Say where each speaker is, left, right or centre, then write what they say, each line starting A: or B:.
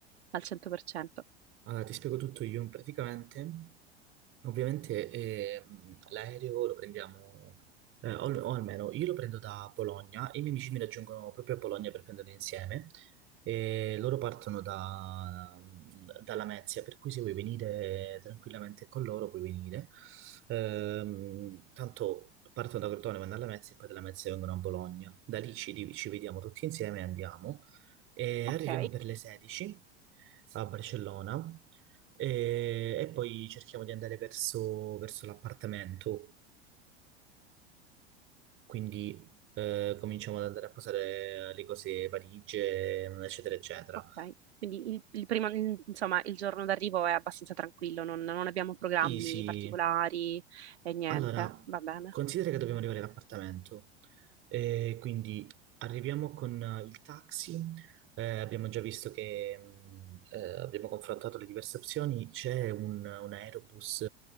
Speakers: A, on the right; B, on the right.
A: al 100%.
B: Allora, ti spiego tutto io praticamente. Ovviamente eh, mh, l'aereo lo prendiamo, eh, o, o almeno io lo prendo da Bologna, i miei amici mi raggiungono proprio a Bologna per prenderlo insieme e loro partono da, da Lamezia, per cui se vuoi venire tranquillamente con loro puoi venire. Ehm, tanto partono da Crotone, vanno a Lamezia e poi da Lamezia vengono a Bologna. Da lì ci, ci vediamo tutti insieme e andiamo. E arriviamo
A: Ok,
B: per le 16 a Barcellona e, e poi cerchiamo di andare verso, verso l'appartamento, quindi eh, cominciamo ad andare a posare le cose valigie, ehm, eccetera, eccetera.
A: ok. Quindi il, il primo, il- insomma, il giorno d'arrivo è abbastanza tranquillo, non, non abbiamo programmi
B: Sì, sì,
A: particolari e niente,
B: Allora,
A: va bene.
B: considera che dobbiamo arrivare all'appartamento, Eh, quindi arriviamo con eh, il taxi, Eh, abbiamo già visto che mh, eh, abbiamo confrontato le diverse opzioni, c'è un, un aerobus